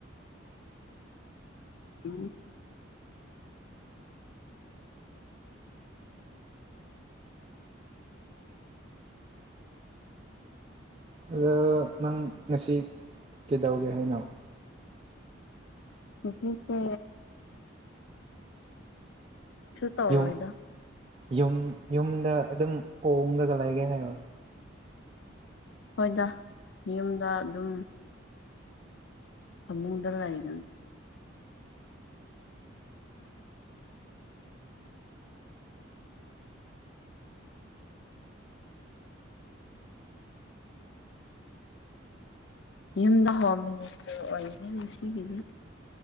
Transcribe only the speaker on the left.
ꯎ
ꯖꯤꯁꯦꯁꯦ ꯇꯧꯔꯣꯏꯗ
ꯍꯣꯏꯗ ꯌꯨꯝꯗ ꯑꯗꯨꯝ ꯐꯃꯨꯗ ꯂꯥꯏꯅ ꯌꯨꯝꯗ ꯍꯋꯥ ꯃꯤꯅꯤꯁꯇ ꯑꯣꯏꯩ ꯃꯁꯤꯅꯨꯡꯁꯤꯒꯤꯗꯤ